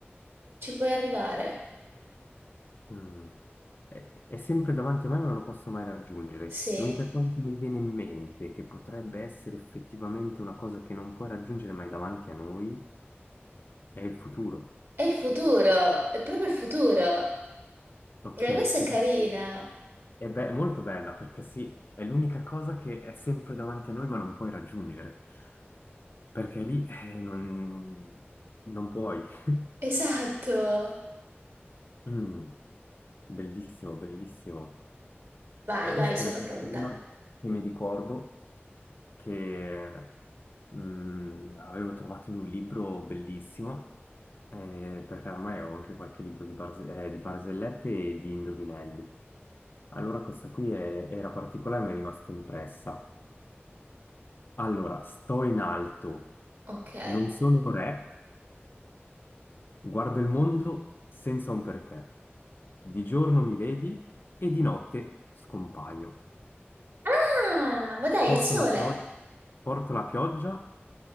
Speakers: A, on the right (about 65°); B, on the left (about 50°).
A: Ci puoi arrivare.
B: Mm. È, è sempre davanti a me, ma non lo posso mai raggiungere.
A: Sì.
B: L'unica cosa che mi viene in mente, che potrebbe essere effettivamente una cosa che non puoi raggiungere, ma è davanti a noi, è il futuro.
A: È il futuro, è proprio il futuro.
B: Ok,
A: Eh,
B: è,
A: questa è carina.
B: be- è molto bella perché sì, è l'unica cosa che è sempre davanti a noi ma non puoi raggiungere, perché lì eh, non, non puoi. <laughs>
A: Esatto.
B: Mm, bellissimo, bellissimo.
A: Vai,
B: Adesso
A: vai,
B: te
A: sono
B: ne faccio
A: pronta.
B: una che mi ricordo che mm, avevo trovato in un libro bellissimo, eh, perché ormai ho anche qualche libro di, barze- eh, di barzellette e di indovinelli. Allora questa qui è- era particolare e mi è rimasta impressa. Allora, sto in alto,
A: Ok.
B: non sono re, guardo il mondo senza un perché. Di giorno mi vedi e di notte scompaio.
A: Ah, ma dai,
B: Porto
A: è il sole.
B: la pioggia, porto la pioggia,